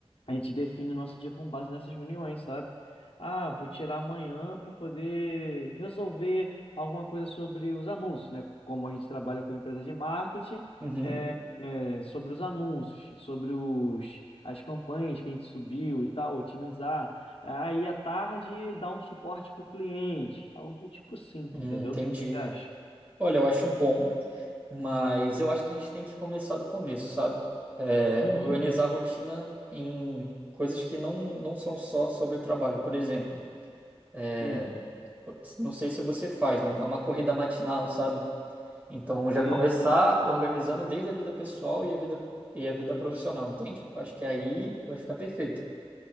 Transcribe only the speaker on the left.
a gente define o nosso dia com base nessas reuniões, sabe? Ah, vou tirar amanhã para poder resolver alguma coisa sobre os anúncios, né? Como a gente trabalha com empresa de marketing,
é, é, sobre os anúncios, sobre os, as campanhas que a gente subiu e tal, otimizar. Aí à tarde dá um suporte para o cliente, algo do tipo assim,
entendeu?
O que que você acha?
Uhum.
Hum,
sim.